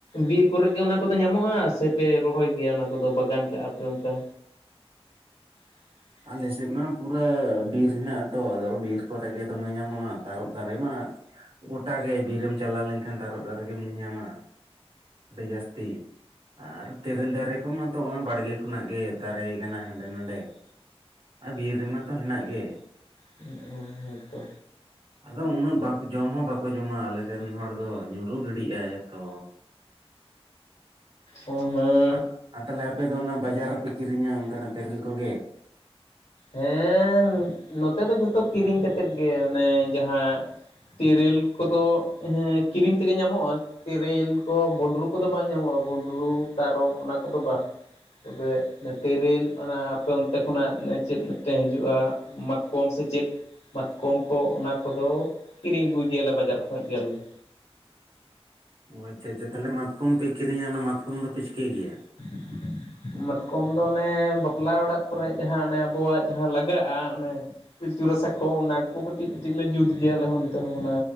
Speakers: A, on the left; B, on the right.
A: ᱵᱤᱨ ᱠᱚᱨᱮ ᱜᱮ ᱚᱱᱟ ᱠᱚᱫᱚ ᱧᱟᱢᱚᱜᱼᱟ ᱥᱮᱯᱮ ᱨᱚᱦᱚᱭ ᱜᱮᱭᱟ ᱚᱱᱟ ᱠᱚᱫᱚ ᱵᱟᱜᱟᱱ ᱠᱟᱜᱼᱟ ᱯᱮ ᱚᱝᱠᱟ? <inaudible>
B: ᱟᱞᱮ ᱥᱮᱫ ᱢᱟ ᱯᱩᱨᱟᱹ ᱵᱤᱨ ᱦᱮᱱᱟᱜ ᱟᱛᱚ ᱟᱫᱚ ᱵᱤᱨ ᱠᱚᱨᱮ ᱜᱮ ᱫᱚᱢᱮ ᱧᱟᱢᱚᱜᱼᱟ ᱛᱟᱨᱚᱯ ᱫᱟᱨᱮ ᱢᱟ᱾ ᱜᱚᱴᱟ ᱜᱮ ᱵᱤᱨᱮᱢ ᱪᱟᱞᱟᱣ ᱞᱮᱱᱠᱷᱟᱱ ᱛᱟᱨᱚᱯ ᱫᱟᱨᱮ ᱜᱮᱢ ᱧᱮᱧᱟᱢᱟ ᱟᱹᱰᱤ ᱡᱟᱹᱥᱛᱤ᱾ ᱟᱨ ᱛᱮᱨᱮᱞ ᱫᱟᱨᱮ ᱠᱚᱢᱟ ᱛᱚ ᱱᱚᱜᱼᱚᱭ ᱵᱟᱲᱜᱮ ᱠᱷᱚᱱᱟᱜ ᱜᱮ ᱫᱟᱨᱮᱭ ᱠᱟᱱᱟ ᱦᱟᱸᱰᱮ ᱱᱟᱰᱮ᱾ ᱟᱨ ᱵᱤᱨ ᱨᱮᱢᱟ ᱛᱚ ᱦᱮᱱᱟᱜ ᱜᱮ᱾
A: ᱦᱮᱸ ᱦᱮᱸ ᱛᱚ᱾
B: ᱟᱫᱚ ᱩᱱᱟᱹᱜ ᱵᱟᱠ ᱡᱚᱢ ᱦᱚᱸ ᱵᱟᱠᱚ ᱡᱚᱢᱟ ᱟᱞᱮ ᱥᱮᱱ ᱦᱚᱲ ᱫᱚ ᱧᱩᱨᱩ ᱜᱤᱰᱤᱜᱼᱟ ᱡᱚᱛᱚ᱾
A: ᱚ ᱦᱮᱸ᱾
B: ᱟᱨ ᱟ ᱛᱟᱦᱚᱞᱮ ᱟᱯᱮ ᱫᱚ ᱚᱱᱟ ᱵᱟᱡᱟᱨ ᱨᱮᱯᱮ ᱠᱤᱨᱤᱧᱟ ᱚᱱᱠᱟᱱᱟᱜ ᱛᱮᱨᱮᱞ ᱠᱚᱜᱮ᱾
A: ᱦᱮᱸ᱾ ᱱᱚᱛᱮ ᱫᱚ ᱡᱷᱚᱛᱚ ᱠᱤᱨᱤᱧ ᱠᱟᱛᱮᱫ ᱜᱮ ᱚᱱᱮ ᱡᱟᱦᱟᱸ ᱛᱮᱨᱮᱞ ᱠᱚᱫᱚ ᱦᱮᱸ ᱠᱤᱨᱤᱧ ᱛᱮᱜᱮ ᱧᱟᱢᱚᱜᱼᱟ᱾ ᱛᱮᱨᱮᱞ ᱠᱚ ᱵᱩᱸᱰᱨᱩ ᱠᱚᱫᱚ ᱵᱟᱝ ᱧᱟᱢᱚᱜᱼᱟ ᱵᱩᱸᱰᱨᱩ ᱛᱟᱨᱚᱯ ᱚᱱᱟ ᱠᱚᱫᱚ ᱵᱟᱝ᱾ ᱛᱚᱵᱮ ᱛᱮᱨᱮᱞ ᱚᱱᱟ ᱟᱯᱮ ᱚᱱᱛᱮ ᱠᱷᱚᱱᱟᱜ ᱪᱮᱫ ᱢᱤᱫᱴᱮᱱ ᱦᱤᱡᱩᱜᱼᱟ ᱢᱟᱛ ᱠᱚᱢ ᱥᱮ ᱪᱮᱫ ᱢᱟᱪᱠᱚᱢ ᱠᱚ ᱚᱱᱟ ᱠᱚᱫᱚ ᱠᱤᱨᱤᱧ ᱟᱹᱜᱩᱭ ᱜᱮᱭᱟᱞᱮ ᱵᱟᱡᱟᱨ ᱠᱷᱚᱡ ᱜᱮ ᱟᱞᱮ ᱫᱚ᱾
B: ᱚ ᱟᱪᱪᱷᱟ ᱟᱪᱪᱷᱟ ᱛᱷᱟᱞᱮ ᱢᱟᱛᱠᱚᱢ ᱯᱮ ᱠᱤᱨᱤᱧᱟ ᱚᱱᱟ ᱢᱟᱛᱠᱚᱢ ᱫᱚᱯᱮ ᱪᱤᱠᱟᱹᱭ ᱜᱮᱭᱟ?
A: <inaudible> ᱢᱟᱛᱠᱚᱢ ᱫᱚ ᱚᱱᱮ ᱵᱟᱯᱞᱟ ᱚᱲᱟᱜ ᱠᱚᱨᱮ ᱡᱟᱦᱟᱸ ᱚᱱᱮ ᱟᱵᱚᱣᱟᱜ ᱡᱟᱦᱟᱸ ᱞᱟᱜᱟᱜᱼᱟ ᱚᱱᱮ ᱯᱤᱞᱪᱩ ᱨᱟᱥᱟ ᱠᱚ ᱚᱱᱟ ᱠᱚ ᱠᱟᱹᱴᱤᱡ ᱠᱟᱹᱴᱤᱡ ᱞᱮ ᱡᱩᱛ ᱜᱮᱭᱟ ᱟᱞᱮ ᱦᱚᱸ ᱱᱚᱛᱮ ᱦᱚᱸ ᱚᱱᱟ